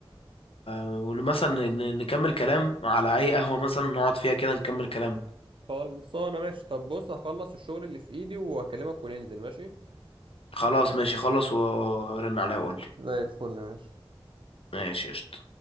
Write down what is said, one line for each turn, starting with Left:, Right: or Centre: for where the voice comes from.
Left: ومثلا نكمل كلام على اي قهوه مثلا نقعد فيها كده نكمل كلام
Right: خلصانه ماشي طب بص هخلص الشغل اللي في ايدي واكلمك وننزل ماشي
Left: خلاص ماشي خلص ورن عليها وقول لي
Right: زي الفل ماشي
Left: ماشي قشطة